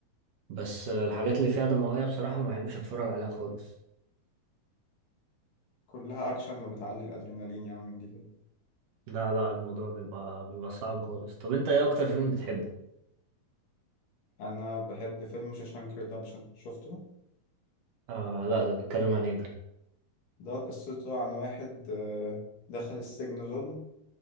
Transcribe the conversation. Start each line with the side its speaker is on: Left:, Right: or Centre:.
Right: بس آه، الحاجات اللي فيها دموية بصراحة ما بحبش اتفرج عليها خالص
Left: كلها اكشن وبتعلي الادرينالين يا عم دي كده
Right: لا لا الموضوع بيبقى بيبقى صعب خالص طب انت ايه اكتر فيلم بتحبه
Left: انا بحب فيلم شوشانك ريدمبشن شفته
Right: آه لا ده بيتكلم عن ايه ده
Left: ده قصته عن واحد آه، دخل السجن ظلم